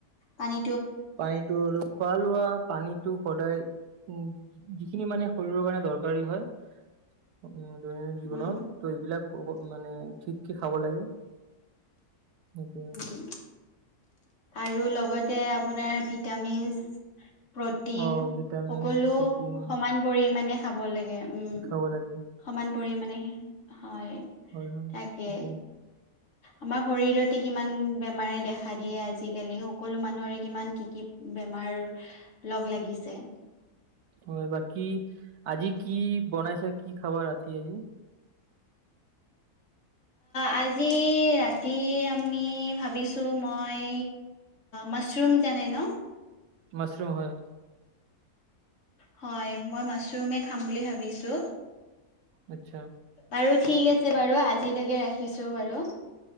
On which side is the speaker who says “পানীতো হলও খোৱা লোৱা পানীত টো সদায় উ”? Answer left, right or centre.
Right